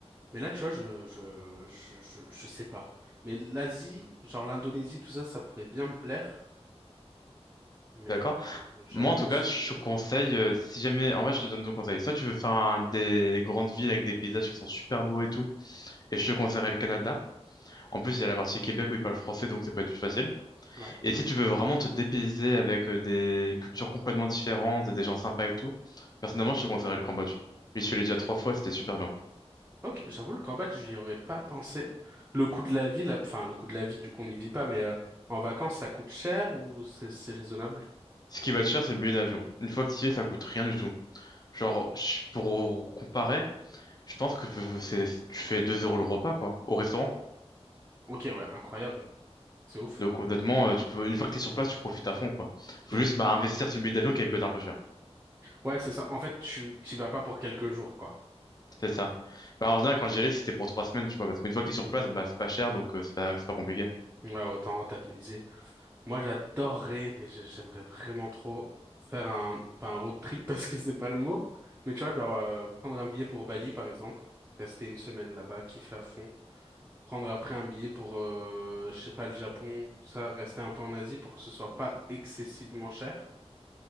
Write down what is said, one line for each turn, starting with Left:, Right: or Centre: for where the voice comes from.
Right: Mais là, tu vois, je, je, je, je, je sais pas. Mais l'Asie, genre l'Indonésie, tout ça, ça pourrait bien me plaire. Mais
Left: D'accord?
Right: euh, le Japon
Left: Moi en tout
Right: aussi.
Left: cas, je
Right: euh,
Left: te conseille, euh, si jamais, en vrai, je te donne deux conseils. Soit tu veux faire un- des grandes villes avec des paysages qui sont super beaux et tout, et je te conseillerais le Canada. En plus, il y a la partie Québec où ils parlent français, donc ça peut être plus facile.
Right: Ouais.
Left: Et si tu veux vraiment te dépayser avec euh, des cultures complètement différentes, et des gens sympas et tout, personnellement, je te conseillerais le Cambodge. J'y suis allé déjà trois fois, c'était super bien.
Right: Ok, j'avoue, le Cambodge, j'y aurais pas pensé. Le coût de la vie, là, enfin, le coût de la vie, du coup, on n'y vit pas, mais euh, en vacances, ça coûte cher ou c'est c'est raisonnable?
Left: Ce qui va te cher, c'est le billet d'avion. Une fois que tu y es, ça coûte rien du tout. Genre, je- pour comparer, je pense que c'est, tu fais 2 euros le repas, quoi, au restaurant.
Right: Ok, ouais, incroyable. C'est ouf.
Left: Donc, honnêtement, euh, tu peux, une fois que t'es sur place, tu profites à fond, quoi. Faut
Right: Ouais,
Left: juste, bah, investir sur le billet d'avion qui peut être un peu cher.
Right: Ouais, c'est ça. En fait, tu t'y vas pas pour quelques jours, quoi.
Left: C'est ça. Bah, en général, quand j'y allais, c'était pour trois semaines, tu vois, parce qu'une fois que t'es sur place, bah, c'est pas cher, donc, euh, c'est pas, c'est pas compliqué.
Right: Ouais, autant rentabiliser. Moi, j'adorerais, mais j'ai- j'aimerais vraiment trop faire un, pas un road trip <laughs> parce que c'est pas le mot, mais tu vois, genre, euh, prendre un billet pour Bali, par exemple, rester une semaine là-bas, kiffer à fond. prendre après un billet pour, euh, je sais pas, le Japon, tout ça, rester un peu en Asie pour que ce soit pas excessivement cher